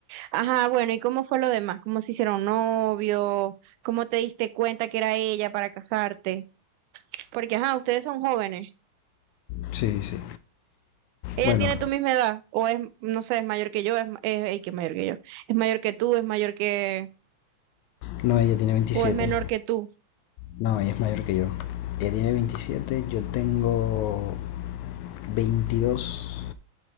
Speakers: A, on the right; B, on the left.
A: ajá, bueno, ¿y cómo fue lo demás? ¿Cómo se hicieron novio? ¿Cómo te diste cuenta que era ella para casarte? Porque, ajá, ustedes son jóvenes.
B: sí, sí.
A: ¿Ella
B: Bueno,
A: tiene tu misma edad? ¿O es, no sé, es mayor que yo? ¿Es, ma- es, ey, que es mayor que yo? ¿Es mayor que tú? ¿Es mayor que...
B: no, ella tiene veintisiete
A: o es menor que tú?
B: No, ella es mayor que yo. Ella tiene veintisiete yo tengo 22